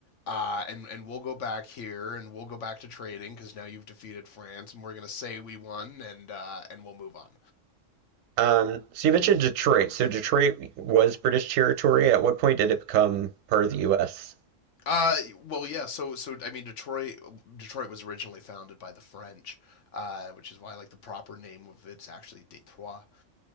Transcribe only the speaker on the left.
Uh, and and we'll go back here and we'll go back to trading because now you've defeated France and we're gonna say we won and uh, and we'll move on.
Uh, well, yeah. So so I mean, Detroit Detroit was originally founded by the French, uh, which is why like the proper name of it's actually Detroit.